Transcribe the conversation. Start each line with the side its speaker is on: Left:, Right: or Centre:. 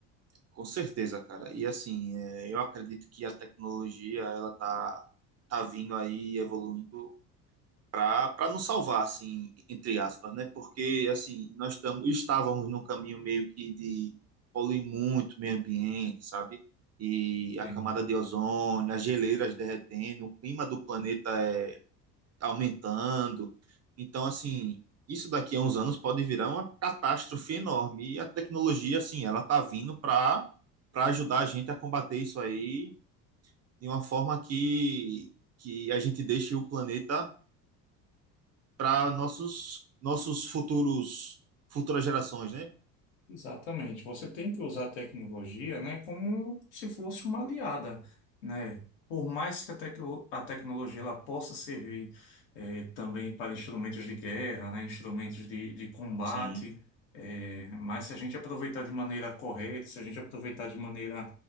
Right: com certeza, cara. E assim, é, eu acredito que a tecnologia, ela tá, tá vindo aí, evoluindo para nos salvar, assim, entre aspas, né? Porque, assim, nós tamo, estávamos num caminho meio que de poluir muito o meio ambiente, sabe? E a
Left: Sim.
Right: camada de ozônio, as geleiras derretendo, o clima do planeta é aumentando. Então, assim, isso daqui a uns anos pode virar uma catástrofe enorme. E a tecnologia, assim, ela tá vindo para para ajudar a gente a combater isso aí de uma forma que, que a gente deixe o planeta para nossos nossos futuros futuras gerações, né?
Left: Exatamente. Você tem que usar a tecnologia, né, como se fosse uma aliada, né? Por mais que a, tecno- a tecnologia ela possa servir eh, também para instrumentos de guerra, né, instrumentos de, de combate,
Right: Sim,
Left: eh, mas se a gente aproveitar de maneira correta, se a gente aproveitar de maneira